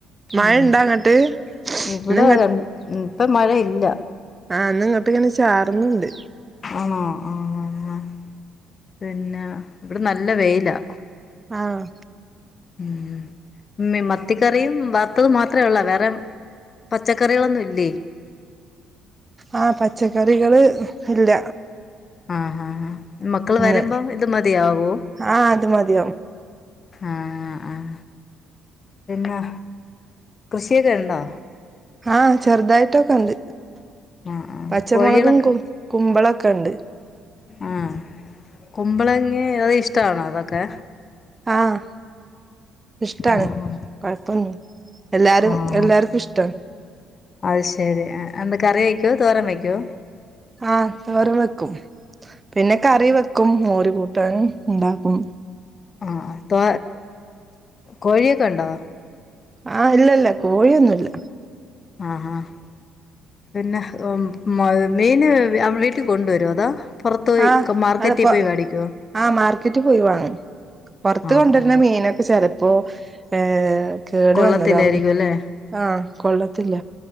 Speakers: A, on the right (about 25°); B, on the left (about 40°).
A: മഴ
B: ഉം
A: ഇണ്ടാ അങ്ങട്ട്
B: ഇവ്ടെ
A: ഇന്ന്
B: രണ്ട് ഉം ഇപ്പം മഴയില്ല
A: ആഹ് ഇന്ന് ഇങ്ങോട്ട് ഇങ്ങനെ ചാർന്ന്ണ്ട്
B: ആണോ ആ പിന്നെ ഇവ്ടെ നല്ല വെയിലാ
A: ആഹ്
B: ഉം മ മത്തിക്കറിയും വറത്തത് മാത്രേ ഒള്ളോ വേറെ പച്ചക്കറികളൊന്നും ഇല്ലേ
A: ആഹ് പച്ചക്കറികള് ഇല്ല
B: ആഹ് ആഹ് ആഹ് മക്കള്
A: ഇന്ന്
B: വരുമ്പോ ഇത് മതിയാവോ
A: ആ അത് മതിയാവും
B: ആഹ് ആഹ് പിന്നെ കൃഷിയൊക്കെ ഒണ്ടോ
A: ആഹ് ചെറുതായിട്ടൊക്കെണ്ട്
B: ആഹ് ആഹ്
A: പച്ചമൊളകും
B: കോഴികളൊക്കെ
A: കു കുമ്പളം ഒക്കെണ്ട്
B: ആ കുമ്പളങ്ങ അത് ഇഷ്ടവാണോ അതൊക്കെ
A: ആഹ് ഇഷ്ട്ടാണ്
B: ആഹ്
A: കൊഴപ്പൊന്നും എല്ലാരും
B: ആഹ്
A: എല്ലാർക്കും ഇഷ്ട്ടാണ്
B: അത് ശെരി എന്താ കറി വെക്കോ തോരം വെക്കോ
A: ആഹ് തോരൻ വെക്കും പിന്നെ കറി വെ ക്കും മൊര് കൂട്ടാൻ ണ്ടാക്കും
B: ആഹ് തോ കോഴിയൊക്കെ ഒണ്ടോ
A: ആഹ് ഇല്ല ഇല്ല കോഴിയൊന്നുല്ല
B: ആഹ് ആഹ് പിന്നെ മ മീന് അവ വീട്ടിൽ കൊണ്ടുവരുവൊ അതോ പുറത്ത് പോയി
A: ആഹ്
B: മാർക്കറ്റിൽ
A: അതപ്പ
B: പോയി മേടിക്കുവോ
A: ആഹ് മാർക്കറ്റി പോയി വാങ്ങും പൊറത്ത്
B: ആഹ്
A: കൊണ്ടുവരുന്ന
B: ആഹ്
A: മീനൊക്കെ ചെലപ്പോ ഏ കേട്
B: കൊള്ളത്തില്ലായിരിക്കും
A: വന്നതാവും
B: അല്ലേ
A: ആഹ് കൊള്ളത്തില്ല